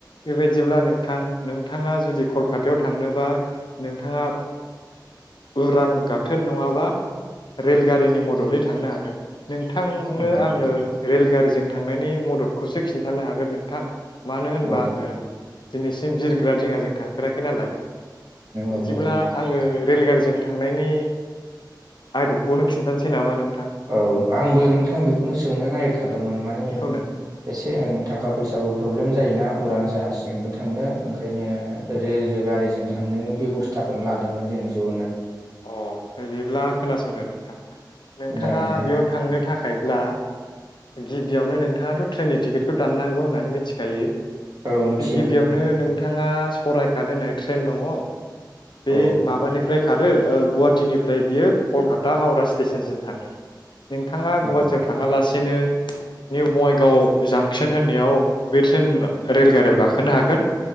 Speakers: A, on the left; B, on the right.
A: बेबायदिब्ला नोंथां नोंथांङा जुदि कलकातायाव थांनोबा नोंथाङा उरां गाथोन नंङाबा रेलगारिनि मदरै थांनो हागोन नोंथांनो
B: औ
A: आंङो रेलगारिजों थांनायनि मददखौसो खिन्थानो हागोन नों थां मानो होनबा
B: औ
A: आंङो दिनैसिम बिर खंदिङाजों थांफेराखै नालाय
B: औ
A: बिदिब्ला
B: औ
A: आंङो रेलगारिजों थांनायनि आदबखौनो खिन्थानोसै नामा नों
B: औ आंबो नोंथां बेखौनो सोंनो नागिरखा दोंमोन माने
A: बेखौनो
B: एसे थाखा फैसाबो प्रब्लेम जायोना उरां जाहाजजोंबो थांनो ओंखायनो रेलजों गारिजों थांनायनि बेब'स्थाखौनो लादोंमोन जों ज'नो
A: अ बिदिब्ला खोनासंदो नोंथां नोंथाङा
B: जागोन दे
A: बेयाव थांनो थाखायब्ला गिबियावनो नोंथाङाथ' ट्रेननि टिकेटखौ दाननांगौ होननानै मिथिखायो
B: औ मिथियो
A: गिबि गिबियावनो
B: मिथियो
A: नोंथांङा सरायगाट होननाय ट्रेन दङो बे
B: औ
A: माबानिफ्राय खारो ओ गुवाहाटिनिफ्राय बियो कलकाता हावरा स्टेसनसिम थाङो नोंथाङा
B: औ
A: गुवाहाटियाव थांङालासे बिदिनो निउ बङाइगाव जांसन होननायाव बे ट्रेन रेलगारियाव गाखोनो हागोन